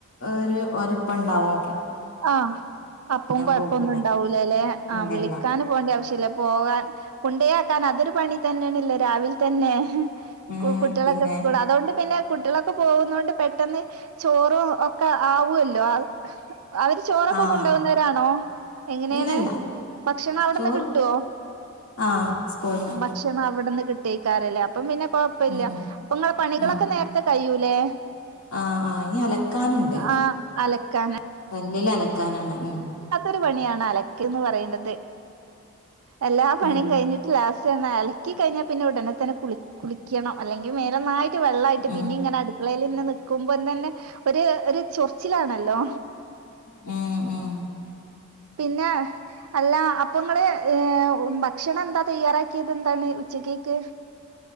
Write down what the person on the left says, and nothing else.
ഒരു ഒരപ്പണ്ടാവും
പോകൂല
ഇല്ലല്ല
ഉം
പിന്നെ
ആഹ്
ഇല്ലല്ല
ചോറ്
ആഹ് സ്കൂളിന്ന് കിട്ടും
ഉം ഉം
ഉം
ആഹ് ആഹ് ഇനി അലക്കാനുണ്ട്
ഉള്ളിൽ അലക്കാനാണ് ഉം
ഉം
ഉം
ഉം ഉം